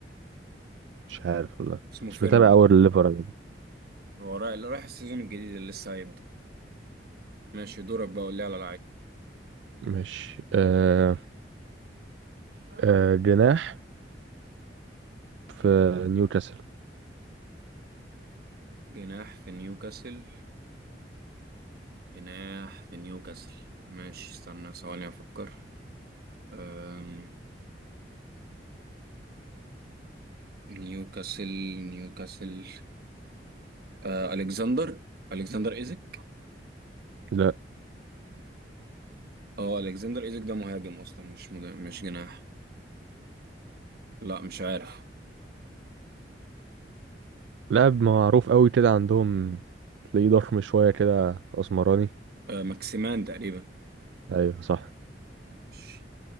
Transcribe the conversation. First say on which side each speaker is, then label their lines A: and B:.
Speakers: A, on the right; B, on the right.
A: مش عارف والله
B: اسمه فيرمون
A: مش متابع اول الليفر أنا.
B: هو رايح اللي رايح السيزون الجديد اللي لسه هيبدأ ماشي دورك بقى قول لي على
A: مش آه...
B: لعيب
A: آه... جناح في نيوكاسل
B: جناح في نيوكاسل جناح في نيوكاسل ماشي استنى ثواني أفكر أم... نيوكاسل نيوكاسل آه، ألكسندر ألكسندر إيزك
A: لا
B: اه ألكسندر إيزك ده مهاجم أصلا مش مد... مش جناح لا مش عارف
A: لاعب معروف قوي كده عندهم تلاقيه ضخم شويه كده اسمراني
B: آه، ماكسيمان تقريبا
A: ايوه صح
B: مش-